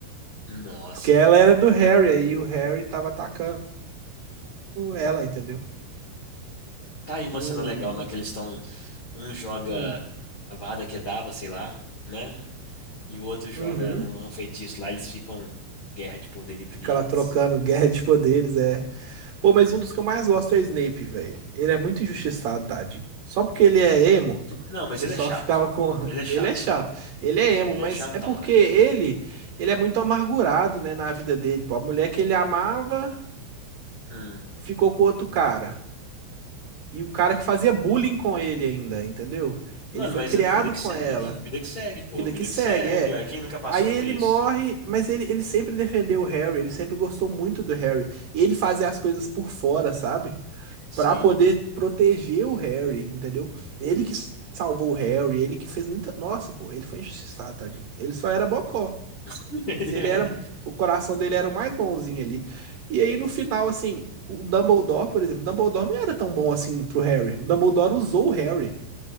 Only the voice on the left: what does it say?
Nossa.
Tá aí uma
cena legal na
que eles estão. Um joga
a Avada Kedavra, sei lá, né? E o outro joga
um um feitiço lá, eles ficam guerra de poder entre
eles.
Não, mas
ele é chato.
Ele é chato.
Ele
é chatão,
velho.
Hum.
Mano,
mas
a vida que
segue,
vida que segue, pô,
vida
que segue,
ué, quem nunca passou
por isso?
Sim,
<laughs> ele
era.